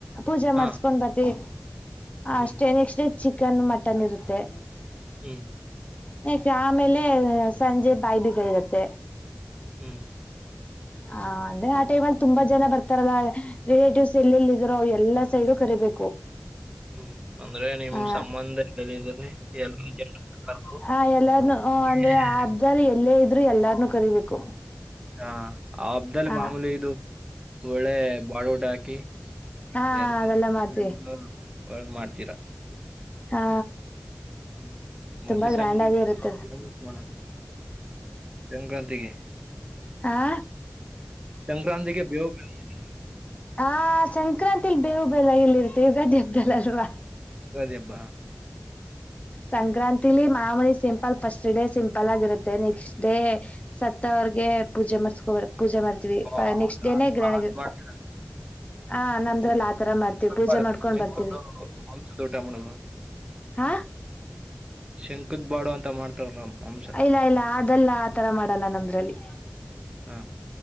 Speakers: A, on the left; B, on the right.
A: ಪೂಜಾ
B: ಹಾ
A: ಮಾಡಸ್ಕೊಂಡ್ ಬರ್ತೀ ಹ
B: ಹ್ಮ್
A: ಅಷ್ಟೇ ನೆಕ್ಸ್ಟ್ ಡೇ ಚಿಕ್ ಚಿಕನ್ ಮಟನ್ ಇರುತ್ತೆ
B: ಹ್ಮ್
A: ಚಾ ಆಮೇಲೇ ಸಂಜೆ ಬಾಯಿಬೀಗ ಇರುತ್ತೆ
B: ಹ್ಮ್
A: ಹ ಅಂದ್ರೆ ಆ ಟೈಮ್ ಅಲ್ಲಿ ತುಂಬಾ ಜನ ಬರ್ತಾರಲ್ಲ ರಿಲೇಟಿವ್ಸ್ ಎಲ್ಲೆಲ್ಲಿದರುೋ ಎಲ್ಲಾ ಸೈಡು ಕರಿಬೇಕು
B: ಹ್ಮ್ ಅಂದ್ರೆ ನಿಮ್
A: ಆ
B: ಸಂಬಂಧ ಎ ಎ ಹ್ಮ
A: ಹ ಎಲ್ಲಾರ್ನು
B: <unintelligible>
A: ಅಂದ್ರೆ ಆ ಹಬ್ದಲ್ಲಿ ಎಲ್ಲೇ ಇದ್ರು ಎಲ್ಲಾರ್ನುೂ ಕರಿಬೇಕು
B: ಹಾ ಆ ಹಬ್ದದಲ್ಲಿ
A: ಹ
B: ಮಾಮೂಲಿ ಇದು ಒಳ್ಳೆ ಬಳ ಊಟ ಹಾಕಿ
A: ಹಾ
B: ಎಲ್ಲ
A: ಅದೆಲ್ಲ ಮಾಡ್ತೀವಿ
B: ಒ ಮಾಡ್ತೀರಾ <unintelligible>
A: ಹಾ
B: ಹ್ಮ್ ಮತ್ತ
A: ತುಂಬಾ
B: ಸಂಗೀ
A: ಗ್ರ್ಯಾಂಡ್ ಆಗಿ ಇರುತ್ತದ
B: <unintelligible> ಸಂಕ್ರಾಂತಗೆ
A: ಹಾ
B: ಸಂಕ್ರಾಂತಿಗೆ ಬೇವು <unintelligible>
A: ಹಾ ಸಂಕ್ರಾಂತಿಲಿ ಬೇವು ಬೆಲ್ಲ ಎಲ್ಲಿ ಇರುತ್ತೆ ಯುಗಾದಿ ಹಬ್್ದಲ್ಲ ಅಲ್ವಾ
B: ಉಗಾದಿ ಹಬ್ಬ
A: ಸಂಕ್ರಾಂತಿಲಿ ಮಾಮೂಲಿ ಸಿಂಪಲ್ ಫಸ್ಟ್ ಡೇ ಸಿಂಪಲ್ ಆಗಿರುತ್ತೆ ನೆಕ್ಸ್ಟ್ ಡೇ ಸತ್ತ ಅವ್ರಗೆ ಪೂಜೆ ಮಾಡರ್ಸ್ಕೊಬೇಕು ಪೂಜೆ ಮಾಡ್ತೀವಿ
B: ಓ
A: ಫ್ಹ್ ನೆಕ್ಸ್ಟ್
B: ಅದ್
A: ಡೇನೇ
B: ಅದ್
A: ಗ್ರಾಣಿಗೇ
B: ಮಾ- ಅದ್ ಮಾಡ್ತಾರ
A: ಹಾ ನಮ್ಮದ್ರಲ್ ಹ ತರ ಮಾಡ್ತೀವಿ ಪೂಜಾ
B: ಬಾಡು
A: ಮಾಡ್ಕೊಂಡ್
B: ಶಂಕದ
A: ಬರ್ತೀವಿ
B: ಮಾಂಸದ ಊಟ ಮಾಡೋದು
A: ಹ
B: ಶಂಕದ್ ಬಾಡು ಅಂತ ಮಾಡ್ತಾರಲ್ಲ ಮಾಂಸ
A: ಇಲ್ಲ ಇಲ್ಲ ಅದಲ್ಲ ಆತರ ಮಾಡಲ್ಲ ನಮ್ದ್ರಲ್ಲಿ
B: ಹಾ